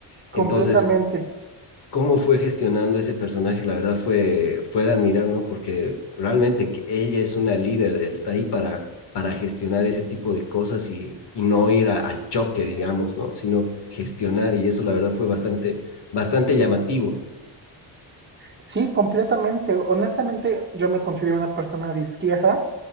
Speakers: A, on the right; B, on the left.
A: Completamente.
B: Entonces, cómo fue gestionando ese personaje, la verdad fue, fue de admirar, ¿no? Porque realmente que ella es una líder, está ahí para, para gestionar ese tipo de cosas y, y no ir a- al choque, digamos, ¿no? Sino gestionar y eso la verdad fue bastante, bastante llamativo,
A: Sí, completamente. Honestamente, yo me considero una persona de izquierda,